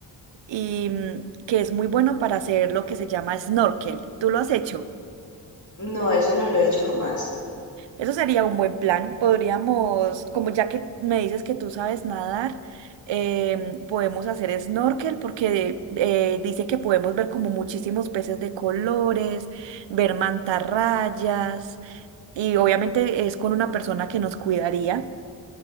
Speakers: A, on the right (about 75°); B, on the left (about 40°).
A: y mm, que es muy bueno para hacer lo que se llama snorkel. ¿Tú lo has hecho?
B: No, eso no lo he hecho jamás.
A: Eso sería un buen plan. Podríamos, como ya que me dices que tú sabes nadar, em, podemos hacer snorkel porque eh, dice que podemos ver como muchísimos peces de colores, ver mantarrayas y obviamente es con una persona que nos cuidaría.